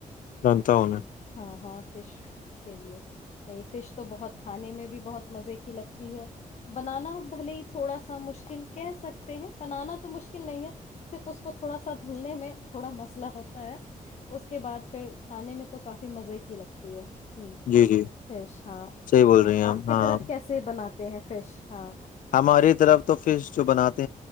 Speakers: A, on the left (about 70°); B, on the left (about 50°).
A: جانتا ہوں
B: ہ
A: میں
B: ہاں ہاں فش کے لیے نہیں فش تو بہت کھانے میں بھی بہت مزے کی لگتی ہے بنانا بھلے ہی تھوڑا سا مشکل کہہ سکتے ہیں بنانا تو مشکل نہیں ہے صرف اس کو تھوڑا سا دھلنے میں تھوڑا مسئلہ ہوتا ہے اس کے بعد پھر کھانے میں تو کافی مزے کی لگتی ہے ہ
A: جی جی
B: فریش ہاں
A: صحیح بول
B: تو
A: رہی ہیں ہم
B: آپ کی
A: ہاں
B: طرف کیسے بنات ہیں فریش ہاں
A: ہماری طرف تو فش جو بناتا